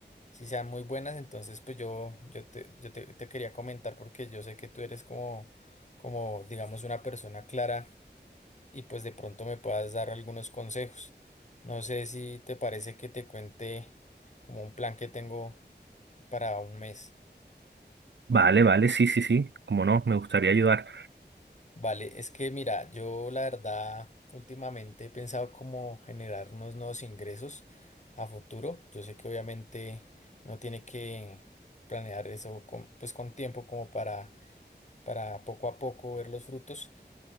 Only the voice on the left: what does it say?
si sean muy buenas, entonces pues yo, yo te, yo te, te quería comentar porque yo sé que tú eres como, como, digamos, una persona clara y pues de pronto me puedas dar algunos consejos. No sé si te parece que te cuente como un plan que tengo para un mes.
Vale, es que mira, yo la verdad últimamente he pensado cómo generar unos nuevos ingresos a futuro. Yo sé que obviamente uno tiene que planear eso con, pues con tiempo como para, para poco a poco ver los frutos.